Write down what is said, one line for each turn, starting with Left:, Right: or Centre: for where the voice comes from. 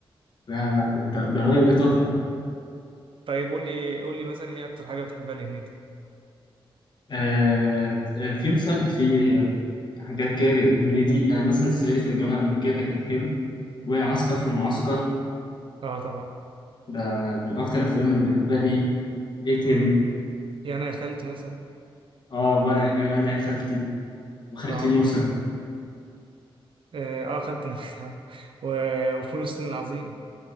Left: لا لا، ده ده الراجل ده تحفة
Right: طيب قول لي قول لي مثلا ايه اكتر حاجه بتحبها لهنيدي
Left: آه آه، في مسل... في حاجات كده هنيدي يعني مثلا الصعيدي في الجامعة الأمريكية ده كان حلو وعسكر في المعسكر
Right: اه طبعا
Left: ده من أكتر الأفلام اللي بحبها ليه ايه تاني؟
Right: امم يعني يا خالتي مثلا
Left: اه وانا انا يا خالتي وخالتي
Right: اه
Left: نوسة
Right: اه آه، خالة النبي <laughs> و- وفول الصين العظيم